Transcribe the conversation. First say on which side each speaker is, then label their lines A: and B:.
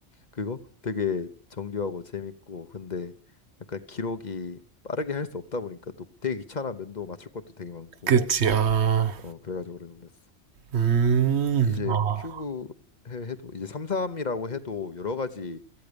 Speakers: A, on the left; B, on the right.
A: 그거 되게 정교하고 재밌고. 근데 약간 기록이 빠르게 할 수 없다 보니까 또 되게 귀찮아. 면도 맞출 것도 되게 많고.
B: 그치, 아,
A: 어, 그래가지고 오래 걸렸어.
B: 음,
A: 이제
B: 아,
A: 큐브 해- 해도 이제 3, 3이라고 해도 여러 가지